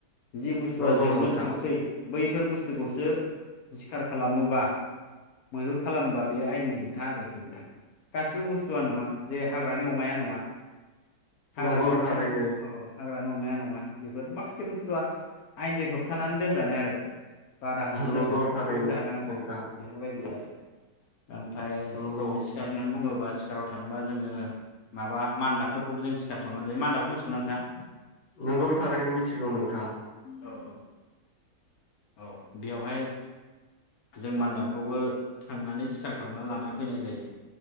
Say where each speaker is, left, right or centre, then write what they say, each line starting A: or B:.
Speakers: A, on the left; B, on the left.
A: जि बुस्थुआ
B: नंगौ
A: जोबनो
B: नोंथां
A: थांसै बैफोर बुस्थु खौसो सिखार खालामोबा मैहुर खालामोबा बेयो आयेननि हेंथा आरोखि हेंथा गासिबो बुस्थुआ नङा। जे हाग्रानि अमाया नङा। हाग्रानि
B: नंगौ
A: अमाया
B: थारैनो
A: अ हाग्राानि अमाया नङा बेफोर माखासे बुस्थुआ आयेनजों होबथानानै दोनजानाय आरो। बादा होनानै
B: नंगौ
A: दोनजानाय
B: थारैनो
A: बेखौबो जानाङा
B: नोंथां
A: बेफोरबायदि आरो। ओमफ्राय
B: नंगौ
A: जोङो <unintelligible> ना बुङो। सोरबा सिखाराव थां थांबा जोङो माबा मानदाबफोरखौबो जोङो सिथार खामाना जायो। मान्दाबखौ मिथिगौना नोंथांआ?
B: नोंगौ थारैनो मिथिगौ नोंथां।
A: औ औ औ बेवहाय, जों मान्दाबखौबो थांनानै सिखार खालामना लाना फैनाय जायो।